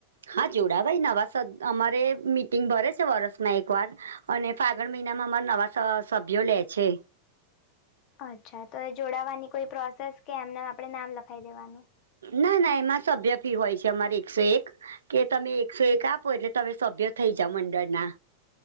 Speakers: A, on the right; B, on the left.
A: હા જોડાવાય નવા અમારે મિટિંગ ભરે છે વરસમાં એકવાર. અને ફાગણ મહિનામાં અમારા નવા સ સભ્યો લે છે.
B: અચ્છા તો એ જોડાવાની કોઈ પ્રોસેસ કે એમને એમ આપણે નામ લખાવ દેવાનું?
A: ના ના એમાં સભ્ય ફી હોય છે અમારે એકસો એક. કે તમે એકસો એક આપો એટલે તમે સભ્ય થઈ જાઓ મંડળના.